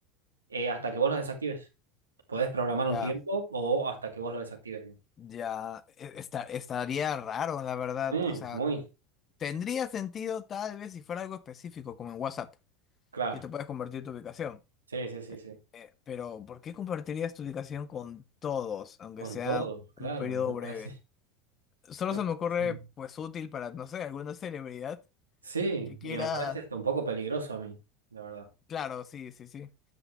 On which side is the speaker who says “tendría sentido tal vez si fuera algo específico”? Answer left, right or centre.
Left